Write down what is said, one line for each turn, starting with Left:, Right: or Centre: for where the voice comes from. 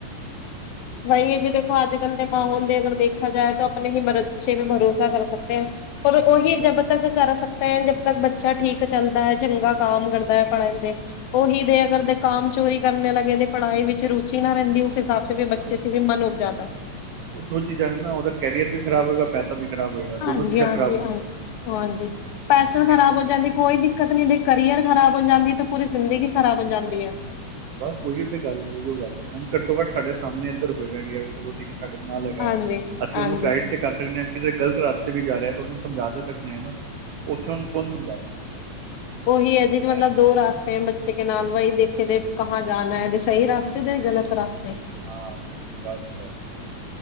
Left: ਵਾਈ ਜੀ, ਦੇਖੋ ਅੱਜ-ਕੱਲ ਦੇ ਮਾਹੌਲ ਦੇ ਅਗਰ ਦੇਖਾ ਜਾਏ ਤਾਂ ਆਪਣੇ ਹੀ ਬੱਚੇ ਤੇ ਭਰੋਸਾ ਕਰ ਸਕਦੇ ਹੈਂ। ਪਰ ਉਹੀ
Right: ਬਸ
Left: ਜਬ ਤੱਕ ਕਰ ਸਕਦਾ ਹੈ, ਜਬ ਤਕ ਬੱਚਾ ਠੀਕ ਚਲਦਾ ਚੰਗਾ। ਕਾਮ ਕਰਦਾ ਹੈ ਪੜ੍ਹਨ ਦੇ। ਉਹੀ ਤੇ ਅਗਰ ਦੇ ਕਾਮ ਚੋਰੀ ਕਰਨ ਲੱਗੇ, ਦੇ ਪੜਾਈ ਵਿੱਚ ਰੁਚੀ ਨਾ ਰਹਿੰਦੀ ਉਸ ਹਿਸਾਬ।
Right: ਹਾਂ
Left: ਅੱਛੇ ਸੀ ਵੀ ਮਨ ਹੋ ਉਠ ਜਾਦਾ।
Right: ਇਹ ਦੋ ਚੀਜ਼ਾਂ ਨੇ ਨਾ ਉਹ ਕੈਰੀਅਰ ਵੀ ਖਰਾਬ ਹੋਏਗਾ, ਪੈਸਾ ਵੀ ਖਰਾਬ ਹੋਏਗਾ,
Left: ਹਾਂਜੀ
Right: ਦੋਨੋਂ ਚੀਜ਼ਾਂ ਖਰਾਬ ਹੋ।
Left: ਹਾਂਜੀ,
Right: ਜਾਣ
Left: ਹਾਂਜੀ ਪੈਸੇ ਤਾਂ
Right: ਬੜੀ ਸੋਚਣ
Left: ਖ਼ਰਾਬ ਹੋ ਜਾਂਦੇ।
Right: ਵਾਲੀ
Left: ਕੋਈ
Right: ਗੱਲ
Left: ਦਿੱਕਤ ਨਹੀਂ ਜੇ ਕਰੀਅਰ, ਖਰਾਬ ਹੋ ਜਾਂਦਾ ਤੇ ਪੂਰੀ ਜ਼ਿੰਦਗੀ ਖਰਾਬ ਹੋ ਜਾਂਦੀ ਹੈ।
Right: ਬਸ ਉਹੀਓ ਤੇ ਗੱਲ, ਉਹੀਓ ਗੱਲ ਹੈ ਹੁਣ ਘੱਟੋ-ਘੱਟ ਸਾਡੇ ਸਾਹਮਣੇ ਇੱਧਰ। ਇੰਡੀਆ ਚਲੋ ਠੀਕ ਹੈ, ਸਾਡੇ ਨਾਲ ਹੈਗਾ,
Left: ਹਾਂਜੀ
Right: ਅਸੀਂ
Left: ਹਾਂਜੀ
Right: ਉਹਨੂੰ ਗਾਈਡ।
Left: ਹਾਂਜੀ
Right: ਇਹ ਹੈ ਤੇ ਕਰ ਸਕਦੇ ਹਾਂ, ਕਿਤੇ ਗ਼ਲਤ ਰਸਤੇ ਵੀ ਜਾ ਰਿਹਾ ਤੇ ਉਹਨੂੰ ਸਮਝਾ ਦੇ ਸਕਦੇ ਹਾਂ ਨਾ। ਉੱਥੇ ਹੁਣ ਕੌਣ ਸਮਝਾਏਗਾ?
Left: ਉਹੀ ਹੈ, ਜਿਹ
Right: ਮੈਂ
Left: ਮਤਲਬ ਦੋ ਰਾਸ ਬੱਚੇ ਦੇ ਨਾਲ ਵਈ ਦੇਖਾ ਕਹਾ ਜਾਣਾ ਹੈ, ਸਹੀ ਰਸਤੇ ਦੇ ਗਲਤ ਰਸਤੇ।
Right: ਹਾਂ, ਬੱਸ, ਬੱਸ, ਬੱਸ।